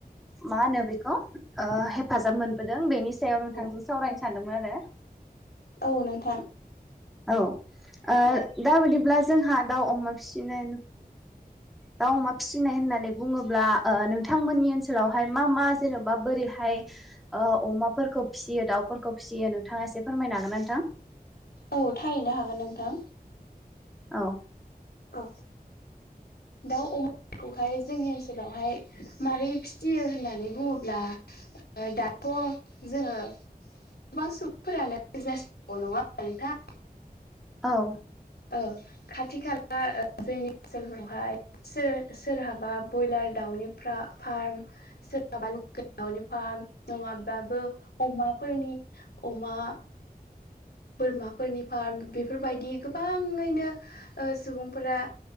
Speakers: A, in the centre; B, on the left (about 80°).
A: मा होनो बेखौ ओ हेफाजाब मोन बोदों बेनि सायाव नोंथांजों
B: औ
A: सावरायनो सानदोंमोन आरो
B: औ नोंथां
A: औ ओ
B: औ
A: दा बिदिब्ला जोंहा दाउ अमा फिसिनाय दाउ अमा फिसिनाय होननानै बुङोब्ला ओ नोंथांमोननि ओनसोलावहाय मा मा जेन'बा बोरैहाय ओ अमाफोरखौ फिसियो दाउफोरखौ फिसियो नोंथाङा एसे फोरमायनो हागोन ना नोंथां?
B: औ थारैनो हागोन नोंथां।
A: औ
B: औ दाउ अमा खौहाय जोंनि ओनसोलावहाय मारै फिसियो होननानै बुङोब्ला दाथ' जोङो गोबां सुबुंफोरानो बिजनेस नङा होनबा नोंथां
A: औ
B: औ खाथि खाला ओ जोंनि ओनसोलफोरावहाय सोर सोरहाबा बयलार दाउनि फ्रा फार्म सोरहाबा लकेल दावनि फार्म नङाब्लाबो अमाफोरनि अमा बोरमाफोरनि फार्म बेफोरबायदि गोबाङैनो ओ सुबुंफोरा